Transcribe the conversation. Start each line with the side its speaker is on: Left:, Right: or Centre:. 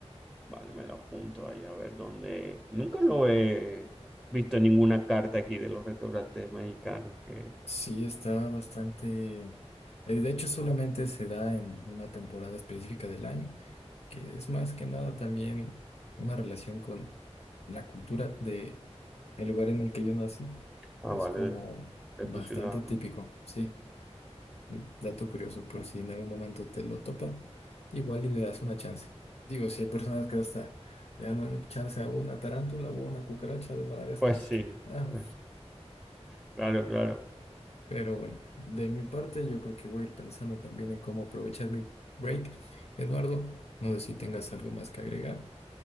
Centre: Vale, me lo apunto ahí a ver dónde. Nunca lo he visto en ninguna carta aquí de los restaurantes mexicanos que...
Left: sí está bastante. eh, De hecho, solamente se da en una temporada específica del año, que es más que nada también una relación con la cultura de el lugar en el que yo nací.
Centre: Ah,
Left: Es
Centre: vale,
Left: como
Centre: de, de
Left: bastante
Centre: tu ciudad,
Left: típico,
Centre: ¿no?
Left: sí. Mm, Dato curioso, por si en algún momento te lo topan, igual y le das una chance. Digo, si hay personas que hasta le dan una chance a una tarántula o a una cucaracha de Madagascar.
Centre: Pues sí,
Left: Ah,
Centre: pues claro, claro.
Left: pero bueno, de mi parte yo creo que voy a ir pensando también en cómo aprovechar mi break. Eduardo, no sé si tengas algo más que agregar.